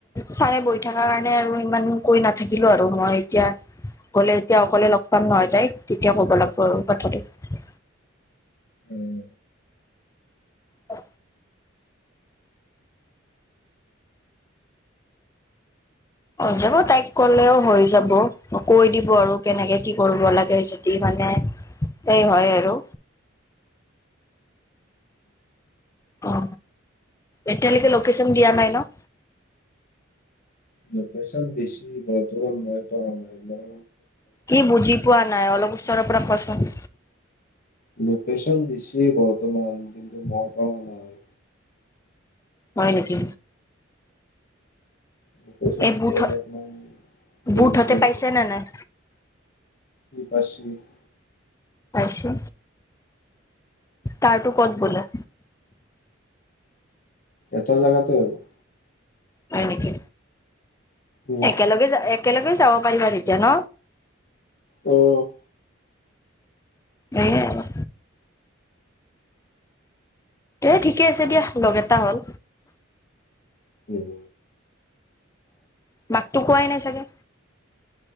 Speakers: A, on the left; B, on the left.
A: ছাৰে বহি থকা কাৰণে আৰু ইমান কৈ নাথাকিলো আৰু মই এতিয়া গ'লে এতিয়া অকলে লগ পাম নহয় তাই তেতিয়া ক'ব লাগব কথাটো।
B: উম।
A: অ হৈ যাব তাইক কলেও হৈ যাব কৈ দিব আৰু কেনেকে কি কৰিব লাগে যদি মানে সেই হয় আৰু। অ, এতিয়ালৈকে লোকেশচন দিয়া নাই ন।
B: লোকেশ্যন দিছি বৰ্তমান মই পোৱা নাই না।
A: কি বুজি পোৱা নাই, অলপ ওচৰৰ পৰা কোৱাচোন।
B: লোকেশন দিছি বৰ্তমান, কিন্তু মই পোৱা নাই।
A: হয় নেকি?
B: লোকেশ্যনটো
A: এই বুথ
B: অলপ মান ডেৰিকে
A: বুথতে পাইছে নে নাই
B: <unintelligible> <unintelligible>
A: পাইছে তাৰটো ক'ত বোলে।
B: এটা জাগাতে আৰু।
A: হয় নেকি?
B: উম
A: একেলগে যা এক একেলগে যাব পাৰিবা তেতিয়া ন।
B: অ'।
A: সেয়ে আৰু। এ ঠিকে আছে দিয়া লগ এটা হ'ল।
B: উম।
A: মাকতো কোৱাই নাই চাগে।